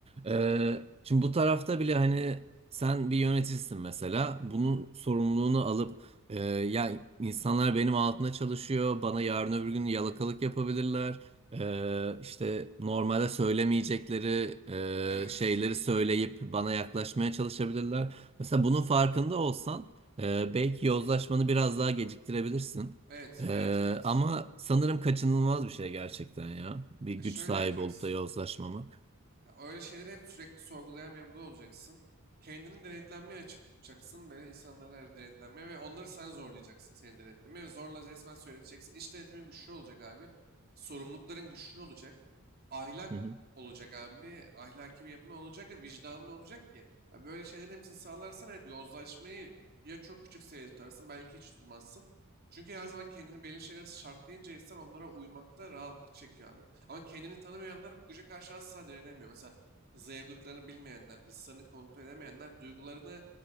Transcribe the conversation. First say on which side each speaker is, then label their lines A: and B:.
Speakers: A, on the right; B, on the right.
A: Ee, şimdi bu tarafta bile hani sen bir yöneticisin mesela. Bunun sorumluluğunu alıp e, ya insanlar benim altında çalışıyor, bana yarın öbür gün yalakalık yapabilirler. Ee, işte normalde söylemeyecekleri
B: Evet.
A: e, şeyleri söyleyip bana yaklaşmaya çalışabilirler. Mesela bunun farkında olsan e, belki yozlaşmanı biraz daha geciktirebilirsin.
B: Evet,
A: Ee,
B: evet, evet.
A: ama sanırım kaçınılmaz bir şey gerçekten ya. Bir güç
B: E, şöyle
A: sahibi
B: yapacaksın.
A: olup da yozlaşmamak.
B: Ya öyle şeyleri hep sürekli sorgulayan bir yapıda olacaksın. Kendini denetlenmeye açık tutacaksın. Böyle insanların her denetlenmeye ve onları sen zorlayacaksın seni denetlemeye. Ve zorla resmen söyleteceksin. İç denetimin güçlü olacak abi. Sorumlulukların güçlü olacak. Ahlak
A: Hı hı.
B: olacak abi. Ahlaki bir yapın olacak ve vicdanın olacak ki. Ya böyle şeylerin hepsini sağlarsan evet yozlaşmayı ya çok küçük seviyede tutarsın belki hiç durmazsın. Çünkü her zaman kendini belli şeylere şartlayınca insan onlara uymakta rahatlık çekiyor abi. Ama kendini tanımayanlar bu güce karşı asla direnemiyor. Mesela zayıflıklarını bilmeyenler, hırslarını kontrol edemeyenler, duygularını